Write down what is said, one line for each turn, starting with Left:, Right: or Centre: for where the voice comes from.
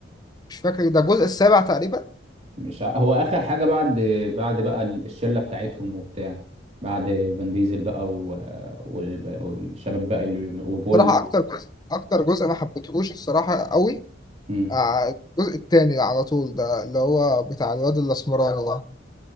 Left: مش فاكر ده الجزء السابع تقريبا
Right: مش ع... هو اخر حاجه بعد بعد بقى ال- الشله بتاعتهم وبتاع بعد فان ديزل بقى و... وال... والشباب بقى اللي... وبول
Left: صراحة أكتر جزء أكتر جزء ما حبيتهوش الصراحة قوي
Right: مم.
Left: آه، الجزء التاني على طول ده اللي هو بتاع الواد الأسمراني ده